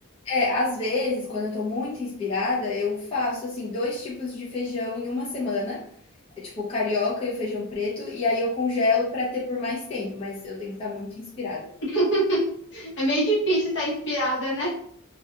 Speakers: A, on the left (about 25°); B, on the left (about 55°).
A: é, às vezes, quando eu estou muito inspirada, eu faço, assim, 2 tipos de feijão em uma semana, eh, tipo, o carioca e o feijão preto, e aí eu congelo pra ter por mais tempo, mas eu tenho que estar muito inspirada.
B: <laughs> É meio difícil estar inspirada, né?